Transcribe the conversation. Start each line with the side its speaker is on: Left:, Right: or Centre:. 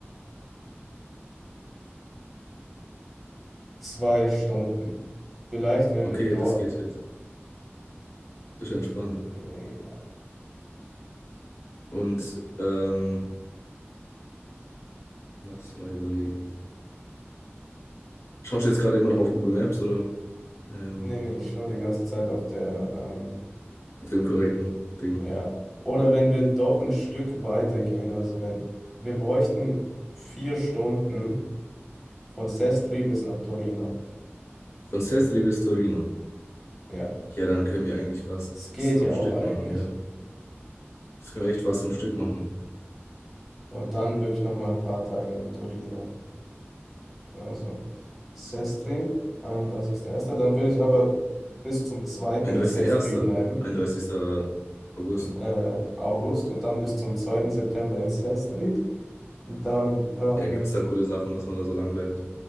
Centre: zwei Stunden. Vielleicht, wenn
Left: Okay,
Centre: wir dort,
Left: das geht fit. Das ist entspannt.
Centre: ja,
Left: Und ähm, lass mal überlegen. Schaust du jetzt gerade immer noch auf Google Maps oder ähm,
Centre: nee, nee, ich schaue die ganze Zeit auf der ähm,
Left: auf dem korrekten Ding?
Centre: Ja. Oder wenn wir doch ein Stück weiter gehen, also wenn wir bräuchten vier Stunden von Sestri bis nach Torino.
Left: Von Sestri bis Torino.
Centre: Ja,
Left: Ja, dann können wir eigentlich fast
Centre: es
Left: das
Centre: geht
Left: am
Centre: ja
Left: Stück
Centre: auch eigentlich.
Left: machen, ja. Das können wir echt fast am Stück machen.
Centre: Und dann wirklich noch mal ein paar Tage in Torino. Also Sestri, 31.01. Dann würde ich aber bis zum zweiten
Left: 31.01.,
Centre: in Sestri bleiben,
Left: 31. August.
Centre: äh, August, und dann bis zum zweiten September in Sestri. Und dann ähm,
Left: Ja, gibt's da coole Sachen, dass man da so lang bleibt?